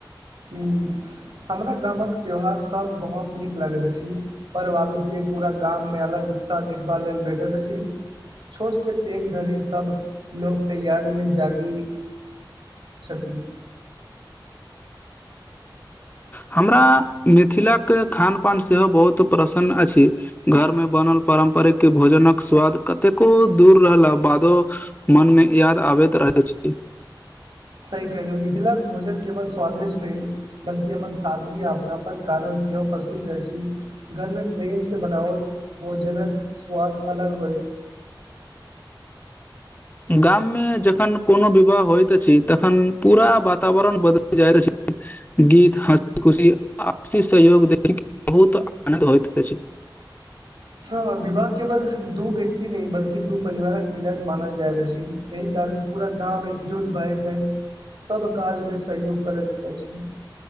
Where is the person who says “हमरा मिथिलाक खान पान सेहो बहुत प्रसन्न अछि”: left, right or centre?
Left